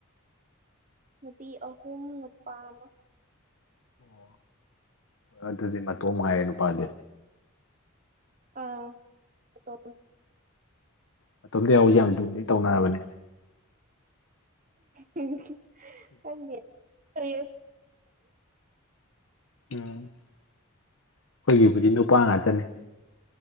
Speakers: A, on the right; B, on the left.
A: ꯅꯨꯄꯤ ꯑꯍꯨꯝ ꯅꯨꯄꯥ ꯑꯃ
B: ꯑꯣ ꯍ ꯑꯗꯨꯗꯤ ꯃꯇꯣ ꯉꯥꯏꯔꯦ ꯅꯨꯄꯥꯗꯤ
A: ꯑꯥ ꯇꯣ
B: ꯃꯇꯝꯗ ꯌꯥꯁꯦ ꯌꯥꯝ ꯂꯨꯗꯤ ꯇꯧꯅꯔꯕꯅꯦ
A: ꯪ ꯇ ꯇꯦ
B: ꯎꯝ ꯑꯩꯈꯣꯏꯒꯤꯕꯨꯗꯤ ꯅꯨꯄꯥ ꯉꯥꯛꯇꯅꯦ